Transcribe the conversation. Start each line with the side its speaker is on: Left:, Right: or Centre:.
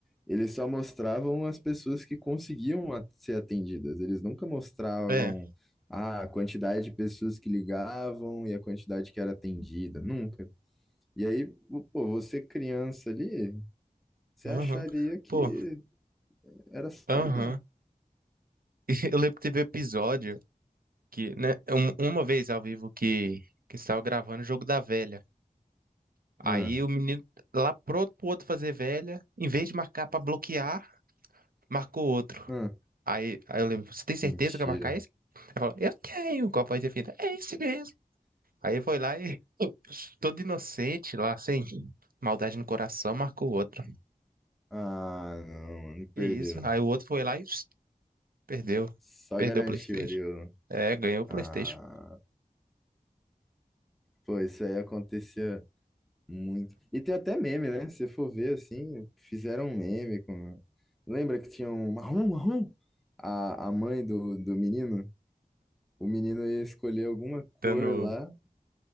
Centre: eles só mostravam as pessoas que conseguiam a- ser atendidas. Eles nunca mostravam,
Right: é.
Centre: ah, a quantidade de pessoas que ligavam e a quantidade que era atendida. Nunca. E aí, pô, você criança ali, você
Right: Aham.
Centre: acharia que
Right: Pô,
Centre: era só
Right: aham.
Centre: ligar.
Right: <laughs> Eu lembro que teve episódio que, né, um- uma vez ao vivo que, que estava gravando o jogo da velha. Aí
Centre: Ah,
Right: o menino lá pronto pro outro fazer velha, em vez de marcar pra bloquear, marcou outro.
Centre: ah,
Right: Aí, aí eu lembro, você tem certeza
Centre: mentira.
Right: que vai marcar esse? Ele falou, eu tenho, com a voz definida, é esse mesmo. Aí foi lá e, <laughs> todo inocente lá, sem maldade no coração, marcou outro.
Centre: Ah, não, mano, perdeu.
Right: É isso. Aí o outro foi lá e <laughs> <tsk> perdeu.
Centre: Só
Right: Perdeu
Centre: garantiu
Right: o PlayStation.
Centre: ali o.
Right: É, ganhou o
Centre: Ah,
Right: PlayStation.
Centre: pô, isso aí acontecia muito. E tem até meme, né? Se for ver assim, fizeram um meme com. Lembra que tinha um marrom, marrom? A, a mãe do, do menino? O menino ia escolher alguma cor
Right: Dando,
Centre: lá.